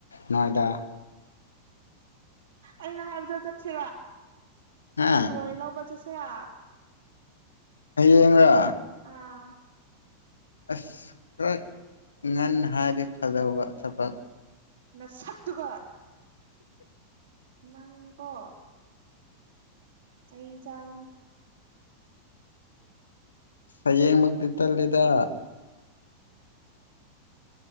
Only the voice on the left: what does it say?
ꯅꯣꯏꯗꯥ
ꯍꯥ
ꯍꯌꯦꯡꯔ
ꯑꯁ ꯈꯔ ꯉꯟꯅ ꯍꯥꯏꯗꯤ ꯐꯗꯧꯕ ꯊꯕꯛ
ꯍꯌꯦꯡꯃꯛꯇꯤ ꯇꯜꯂꯦꯗ